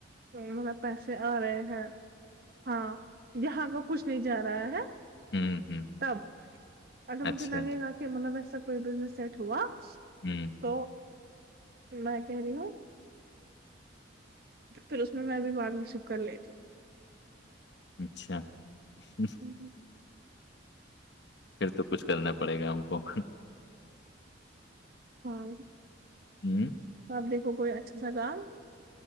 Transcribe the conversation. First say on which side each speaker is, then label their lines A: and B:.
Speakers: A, on the right (about 50°); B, on the left (about 60°).
A: مطلب پیسے آ رہے ہیں ہاں یہاں کا کچھ نہیں جا رہا ہے
B: ہوں ہوں
A: تب اگر
B: اچھا
A: مجھے لگے گا کہ مطلب ایسا کوئی بزنس سیٹ ہوا
B: ہوں
A: تو میں کہہ رہی ہوں پھر اس میں بھی بارم شپ کر لی تھی <inaudible>
B: اچھا <inaudible>
A: ہوں
B: پھر تو کچھ کرنا پڑے گا ہم کو
A: ہاں
B: ہوں
A: آپ دیکھو کوئی اچھا سگال <inaudible>